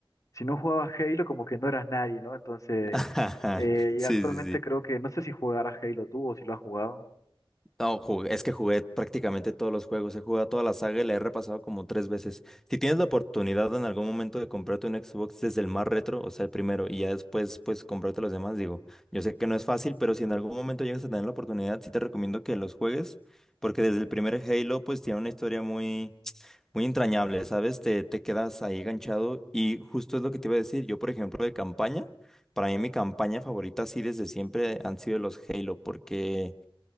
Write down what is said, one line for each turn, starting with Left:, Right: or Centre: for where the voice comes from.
Left: si no jugabas Halo como que no eras nadie, ¿no? Entonces,
Centre: <laughs>
Left: eh,
Centre: Sí,
Left: y actualmente
Centre: sí, sí.
Left: creo que, no sé si jugarás Halo tú o si lo has jugado.
Centre: No, jugué- es que jugué prácticamente todos los juegos, he jugado toda la saga y la he repasado como tres veces. Si tienes la oportunidad en algún momento de comprarte un Xbox desde el más retro, o sea, el primero, y ya después, pues, comprarte los demás, digo, yo sé que no es fácil, pero si en algún momento llegas a tener la oportunidad, sí te recomiendo que los juegues, porque desde el primer Halo, pues, tiene una historia muy, muy entrañable, ¿sabes? Te, te quedas ahí ganchado y justo es lo que te iba a decir. Yo, por ejemplo, de campaña, para mí mi campaña favorita, sí, desde siempre han sido los Halo, porque...